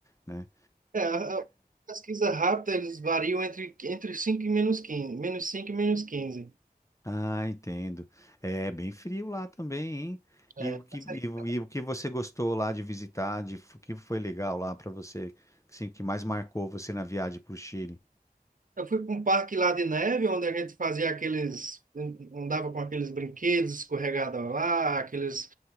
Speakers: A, on the left; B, on the right.
A: né?
B: É, a, a pesquisa rápida, eles variam entre, entre cinco e menos quinze Menos cinco e menos quinze
A: Ah, entendo. É bem frio lá também, hein?
B: É.
A: E o que,
B: Essa
A: e,
B: aí
A: o
B: foi uma-
A: e o que você gostou lá de visitar, de, o que foi legal lá para você, assim, que mais marcou você na viagem para o Chile?
B: Eu fui para um parque lá de neve, onde a gente fazia aqueles... Andava com aqueles brinquedos escorregados lá, aqueles,